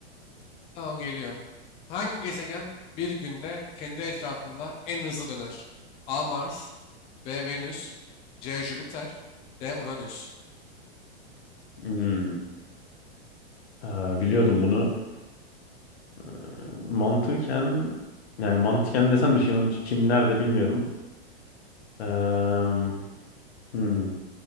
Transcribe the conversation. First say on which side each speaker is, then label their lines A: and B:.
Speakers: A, on the left; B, on the left.
A: Tamam geliyor. Hangi gezegen bir günde kendi etrafında en hızlı döner? A. Mars B. Venüs C. Jüpiter D. Uranüs
B: Hmm. Aa, biliyordum bunu. Ee, Mantıken yani mantıken desem de şu an kim nerede bilmiyorum. Ee, hmm.